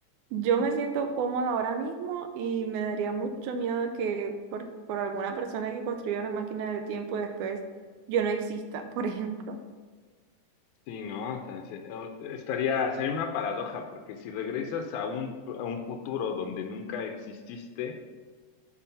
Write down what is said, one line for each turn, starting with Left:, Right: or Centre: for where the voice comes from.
Right: Yo me siento cómoda ahora mismo y me daría mucho miedo que por, por alguna persona que construya una máquina del tiempo después yo no exista, <laughs> por ejemplo.
Left: Sí, ¿no? Entonces, eh, estaría, sería una paradoja, porque si regresas a un, a un futuro donde nunca exististe,